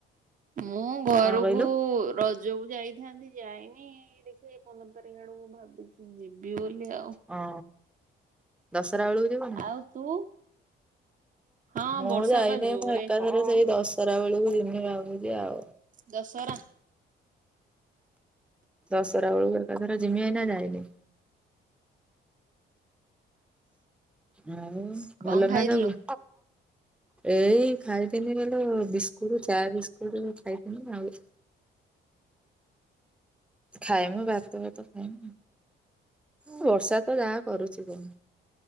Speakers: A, on the right; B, in the centre.
A: ମୁଁ ଘରକୁ
B: କଣ କହିଲୁ
A: ର ଯୋଉ ଯାଇଥାନ୍ତି ଯାଇନି ଏଇ ଦେଖିଆ ଏଇ ପନ୍ଦର ତାରିଖ ଆଡକୁ ଭାବିଚି ଯିବି ବୋଲି ଆଉ।
B: ହଁ ଦଶରା ବେଳୁ ଯିବନି
A: ଆଉ ତୁ? ହଁ
B: ମୁଁ
A: ବର୍ଷା
B: ଆଇଲି
A: ବା ଜୋରେ
B: ଘଣ୍ଟାକେ ସେଇ ଦଶହରା ବେଳକୁ ଜିମି ଭାବୁଚି ଆଉ।
A: ଦଶହରା
B: ଦଶରା ବେଳକୁ ଏକାଥର ଜିମି ଏଇନା ଯାଇନି। ଉଁ
A: କଣ
B: ଭଲ
A: ଖାଇଥିଲୁ?
B: ନା ସବୁ? ଏଇ ଖାଇଥିନି ବଲେ ବିସ୍କୁଟ ଚା ବିସ୍କୁଟ ଖାଇଥିନି ଆଉ। ଖାଇବି ଭାତ ଫାତ ଖାଇବି ଆଉ। ବର୍ଷା ତ ଯାହା କରୁଚି କହନି।